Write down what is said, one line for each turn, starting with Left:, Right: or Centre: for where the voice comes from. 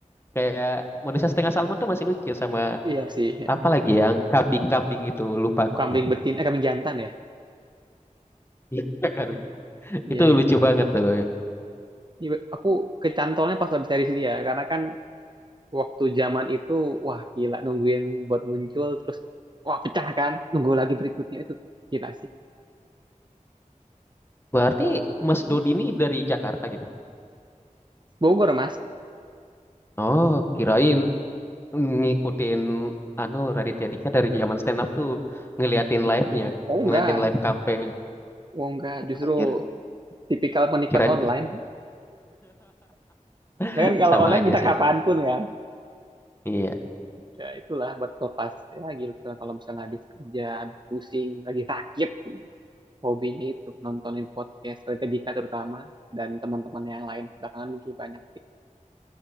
Left: Kayak Manusia Setengah Salmon tuh masih lucu sama
Right: iya sih ya.
Left: apa lagi yang kambing-kambing itu lupa aku.
Right: kambing
Left: <laughs>
Right: betin eh kambing jantan ya
Left: Iya, kambing.
Right: iya
Left: Itu
Right: itulah
Left: lucu banget tuh.
Right: Iya, aku kecantolnya pas habis series dia karena kan waktu zaman itu wah gila nungguin buat muncul terus wah pecah kan nunggu lagi berikutnya itu gila sih
Left: Berarti Mas
Right: Hmm.
Left: Dodi ini dari Jakarta gitu.
Right: Bogor mas
Left: Oh, kirain ngikutin anu Raditya Dika dari zaman stand up tuh ngeliatin live-nya,
Right: oh
Left: ngeliatin
Right: enggak
Left: live cafe
Right: oh enggak justru
Left: Anjir,
Right: tipikal penikmat
Left: kirain
Right: online
Left: <laughs>
Right: Mereka kan kalau
Left: sama
Right: online
Left: aja
Right: bisa
Left: sih.
Right: kapanpun kan
Left: Iya.
Right: ya itulah buat pelepas ya gitu kalau misalnya habis kerja habis pusing lagi sakit hobinya itu nontonin podcast Raditya Dika terutama dan teman-teman yang lain belakangan mungkin banyak sih